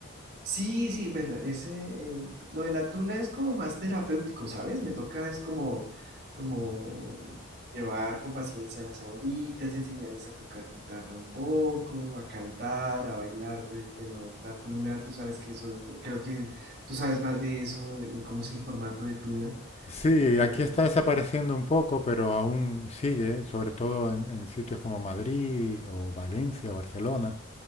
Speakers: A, on the right; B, on the left.
A: Sí, sí, pues la- ese, eh, lo de la tuna es como más terapéutico, ¿sabes? Me toca es como, como llevar con paciencia a las abuelitas, enseñarles a tocar guitarra un poco, a cantar, a bailar. de- Bueno, la tuna, tú sabes que eso, eh, creo que tú sabes más de eso, de de cómo es el formato de tuna.
B: Sí,
A: Eh,
B: aquí está desapareciendo un poco, pero aún sigue, sobre todo en, en sitios como Madrid o Valencia, Barcelona.